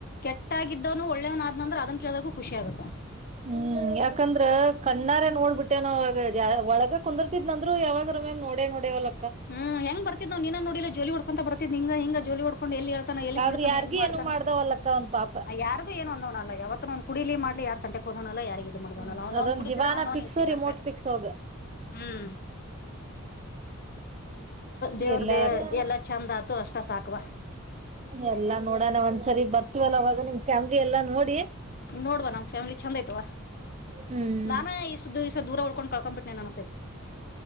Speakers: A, on the left; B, on the right.
A: ಕೆಟ್ಟಾಗಿ ಇದ್ದವನು ಒಳ್ಳೇವನ ಆದ್ನಂದ್ರ ಅದನ್ ಕೇಳ್ದಕೂ ಖುಷಿ ಆಗುತ್ತ
B: ಹ್ಮ್ ಯಾಕಂದ್ರ ಕಣ್ಣಾರೆ ನೋಡ್ಬಿಟ್ಟೆ ನವಾಗ ಒಳಗ ಕುಂದರ್ತಿದ್ನಂದ್ರು ಯಾವಾಗ ಮ್ಯಾಮ್ ನೋಡ ನಡೆಯ ಒಲ
A: ಹ್ಮ ಹೆಂಗ ಬತ್ ನ್ ನೀನ ನೋಡಿಲ್ಲ ಜೋಡ್ತ ಬರ್ತಿದ್ದಿ ಹಂಗ ಹಂಗ ಜೋಲಿ ಹೊಡ್ಕ ಕಕೊಂಡು ಎಲ್ಲಿ ಹೇಳ್ತಾನ ಎಲ್ಲಿ
B: ಆದ್ರ
A: ಬೀಳ್ತಾನ
B: ಯಾರ್ಗಿ
A: ಹೆಂಗ್ ಮಾಡ್ತಾನ
B: ಏನು ಮಾಡ್ದವಲ್ಲಕ್ಕ ಅವ್ನ್ ಪಾಪ
A: ಯಾರ್ಗು ಏನು ಅಂದವನ ಅಲ್ಲ ಯಾವತ್ ನ್ ಕುಡೀಲಿ ಮಾಡ್ಲಿ ಯಾರ್ ಅವನಲ್ಲ ಯಾರಿಗೆ ಇದು ಮಾಡವನಲ್ಲ
B: ಹ್ಮ್
A: ಅವಂದವ್ನ
B: ಅದೊಂದ್
A: ಕುಡತಿದ್
B: ದಿವಾನ
A: ಅವನವನ
B: ಪಿಕ್ಸ್
A: ಇರ್ತಿದ್ದ
B: ರಿಮೋಟ್
A: ಅಷ್ಟೇ
B: ಪಿಕ್ಸ್ ಅವಾಗ
A: ಹ್ಮ್ <inaudible> ದೇವ್ರ
B: ಇರ್ಲಾಳಕ್ಕ
A: ದೇವ ಎಲ್ಲಾ ಚೆಂದ್ ಆತು ಅಷ್ಟ ಸಾಕವಾ
B: ಎಲ್ಲಾ ನೋಡೋಣ ಒಂದ್ಸರಿ ಬರ್ತಿವಲ್ಲ ಅವಾಗ ನಿಮ್ ಫ್ಯಾಮ್ಲಿ ಎಲ್ಲಾ ನೋಡಿ
A: ನೋಡುವ ನಮ್ ಫ್ಯಾಮಿಲಿ ಚಂದ ಐತ್ವ
B: ಹ್ಮ್
A: ನಾನೇ ಇಷ್ಟು ದಿವ್ಸ ದೂರ ಉಳ್ಕೊಂಡ ಕಳಕ್ಕಂ ಬಿಟ್ಟನನಾನ ಸೇರಿ